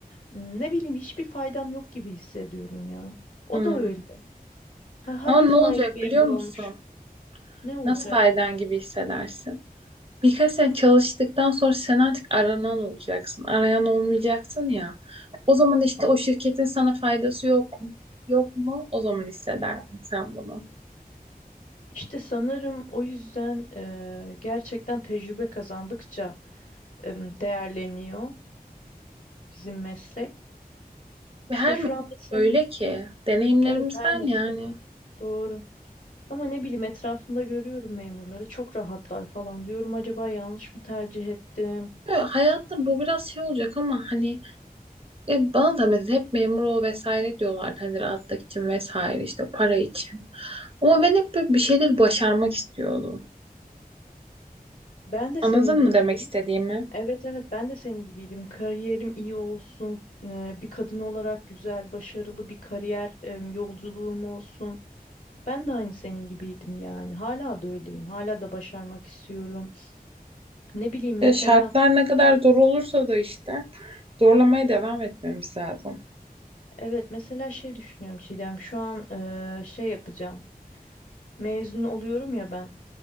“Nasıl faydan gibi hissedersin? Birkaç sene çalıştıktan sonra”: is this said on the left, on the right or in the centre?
Right